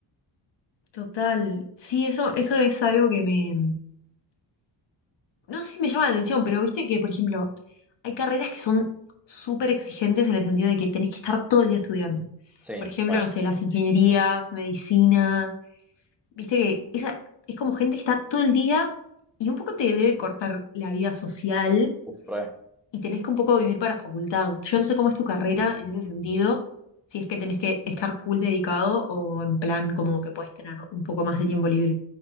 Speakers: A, on the left; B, in the centre.
A: Total. Sí, eso, eso es algo que me... No sé si me llama la atención, pero viste que, por ejemplo, hay carreras que son súper exigentes en el sentido de que tenés que estar todo el día estudiando.
B: Sì,
A: Por ejemplo,
B: re,
A: no sé, las ingenierías, medicina. Viste que esa es como gente que está todo el día y un poco te debe cortar la vida social
B: re.
A: y tenés que un poco vivir para facultad. Yo no sé cómo es tu carrera en ese sentido, si es que tenés que estar full dedicado o en plan como que puedes tener un poco más de tiempo libre.